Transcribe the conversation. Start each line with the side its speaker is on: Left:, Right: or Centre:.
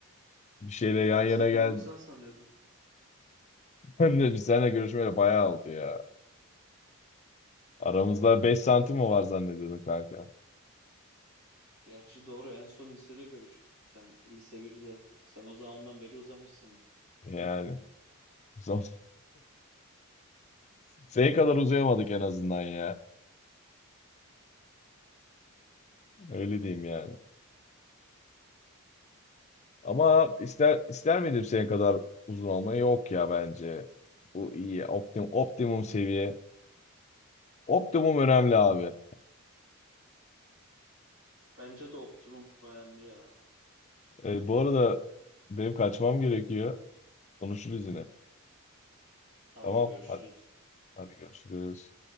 Left: bir şeyle yan
Right: Ben
Left: yana
Right: seni
Left: gel.
Right: 1.90
Left: <laughs>
Right: sanıyordum.
Left: Ben de biz seninle görüşmeyeli bayağı oldu ya. Aramızda 5 santim mi var zannediyordun kanka?
Right: Gerçi doğru en son lisede görüştük. Sen lise 1'de. Sen o zamandan beri uzamışsındır.
Left: Yani <laughs> son- senin kadar uzayamadık en azından ya. Öyle diyeyim yani. Ama ister ister miydim senin kadar uzun olmayı? Yok ya bence. Bu iyi. Optim, optimum seviye. Optimum önemli abi.
Right: Bence de optimum önemli ya.
Left: E, bu arada benim kaçmam gerekiyor. Konuşuruz yine.
Right: Tamam
Left: Tamam.
Right: görüşürüz.
Left: Hadi, hadi görüşürüz.